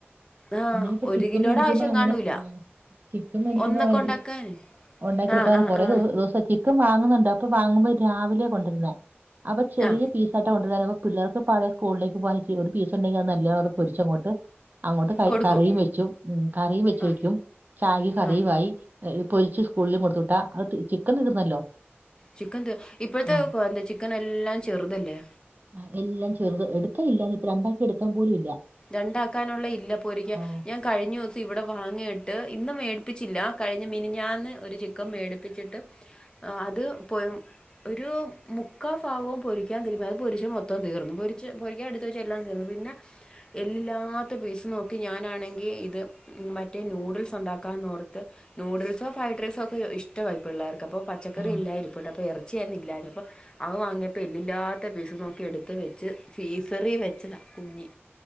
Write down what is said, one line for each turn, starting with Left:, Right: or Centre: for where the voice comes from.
Left: ആ
Right: ഇനിയിപ്പ
Left: ഒരു
Right: ചിക്കം
Left: കിലോയുടെ
Right: മേടിക്കുമ്പൊ
Left: ആവശ്യം
Right: അങ്ങനെ
Left: കാണൂല
Right: ആഹ്. ചിക്കം മേടിക്കു
Left: ഒന്നൊക്കെ
Right: <unintelligible>
Left: ഉണ്ടാക്കാൻ
Right: ഒണ്ടാക്കി കൊടുക്കാർ
Left: ആ ആ
Right: കൊറെ
Left: ആ
Right: ദി ദിവ്സത്തി ക്കം വാങ്ങുന്നുണ്ട് അപ്പൊ വാങ്ങുമ്പോ രാവിലെ കൊണ്ടര്നെ അപ്പ ചെറിയ.
Left: ആ
Right: പീസാട്ട് കൊണ്ടരാ ന്നപ്പ പിള്ളേർക്ക് പഴയ സ്കൂളിലേക്ക് പോവാന് ചി ഒരു പീസുണ്ടെങ്കിൽ അത് നല്ലയ അത് പൊരിച്ചങ്ങോട്ട് അങ്ങോട്ട് ക
Left: കൊടുക്കും
Right: കറിയും വെച്ചും ഉം കറിയും വെച്ച
Left: ആ
Right: കഴിക്കും, ചായ കറിയുമായി
Left: ആ
Right: പൊരിച്ച് സ്കൂളിൽ കൊടുത്ത് വിട്ടാ അത് ചിക്കൻ തീർന്നല്ലോ
Left: ചിക്കൻ ത ഇപ്പഴ്ത്തെ
Right: ആഹ്
Left: അ എന്താ ചിക്കനെല്ലാം ചെറുതല്ലേ.
Right: ആ എല്ല ചെറുത് എടുക്ക ഇല്ലാ ഞ്പ്പ രണ്ടാക്കി എടുക്കാൻ പോലും ഇല്ല.
Left: രണ്ടാക്കാനുള്ള ഇല്ല പോരിക്ക
Right: ആഹ്
Left: ഞാൻ. കഴിഞ്ഞ ദിവസം ഇവിടെ വാങ്ങിയിട്ട് ഇന്ന് മേടിപ്പിച്ചില്ല കഴിഞ്ഞ മിനിഞാന്ന് ഒരു ചിക്കൻ മേടിപ്പിച്ചിട്ട് ആ അത് പോയം ഒരു മുക്കാ ഭാഗവും പൊരിക്കാൻ തിരുമി അത് പൊരിച്ച മൊത്തം തീർന്നു പൊരിച്ച് പൊരിക്കാ എടു ഇത് ചെല്ലാം തരും പിന്നെ എല്ലില്ലാത്ത പീസ് നോക്കി ഞാനാണെങ്കി ഇത് മറ്റേ നൂഡിൽസ് ഉണ്ടാക്കാന്ന് ഓർത്ത് ന്യൂഡിൽസോ ഫ്രൈഡ് റൈസോ ഒക്കെ ഇഷ്ടവാ പ്പിള്ളേർക്ക് അപ്പോൾ പച്ചക്കറി
Right: ആഹ്
Left: എല്ലാം ഇരിപ്പിട്ട് അപ്പോൾ ഇറച്ചിയായിരുന്നു ഇല്ലാഞ്ഞപ്പോ അത് വാങ്ങിയപ്പോ എല്ലില്ലാത്ത പീസ് നോക്കി എടുത്ത് വെച്ച് ഫീസറി വെച്ചതാ കുഞ്ഞി